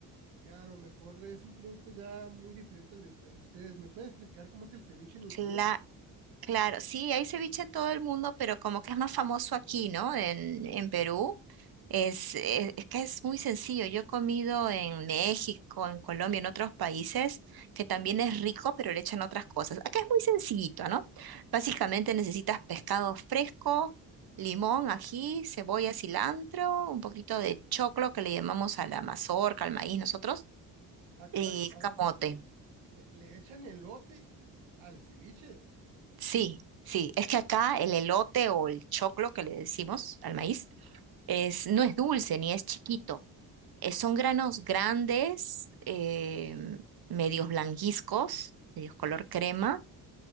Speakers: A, on the right; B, on the right.
A: eh, a lo mejor es un producto ya muy diferente al de, al de ustedes. ¿Me puedes platicar cómo es el ceviche en el
B: cla-
A: Perú?
B: claro, sí, hay ceviche en todo el mundo, pero como que es más famoso aquí, ¿no? En, en Perú. Es, es, es que es muy sencillo. Yo he comido en México, en Colombia, en otros países, que también es rico, pero le echan otras cosas. Acá es muy sencillito, ¿no? Básicamente necesitas pescado fresco, limón, ají, cebolla, cilantro, un poquito de choclo que le llamamos a la mazorca, al maíz nosotros,
A: Ah, caray,
B: y
A: aguanta.
B: camote.
A: ¿Le, le echan elote al ceviche?
B: Sí, sí. Es que acá el elote o el choclo que le decimos al maíz es, no es dulce ni es chiquito Eh, son granos grandes, em, medios blanquizcos, medios color crema,